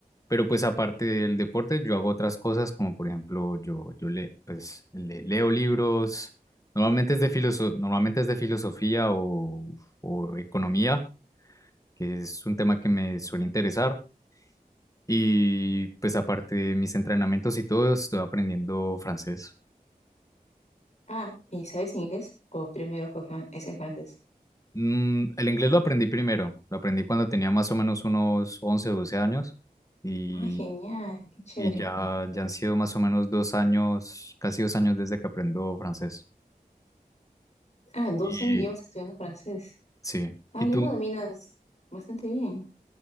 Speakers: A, on the left; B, on the left.
A: pero pues aparte del deporte yo hago otras cosas como por ejemplo yo, yo le, pues, le- leo libros, normalmente es de filoso- normalmente es de filosofía o, o economía, que es un tema que me suele interesar. Y pues aparte de mis entrenamientos y todo, estoy aprendiendo francés.
B: Ah, ¿y sabes inglés? ¿O primero fue fran- ese es francés?
A: Mm, el inglés lo aprendí primero, lo aprendí cuando tenía más o menos unos 11 doce años y,
B: Ah, genial, qué chévere.
A: y ya, ya han sido más o menos dos años, casi dos años desde que aprendo francés.
B: Ah, dos
A: Y
B: años llevas estudiando francés.
A: sí,
B: Ah,
A: ¿y
B: ya
A: tú?
B: lo dominas bastante bien.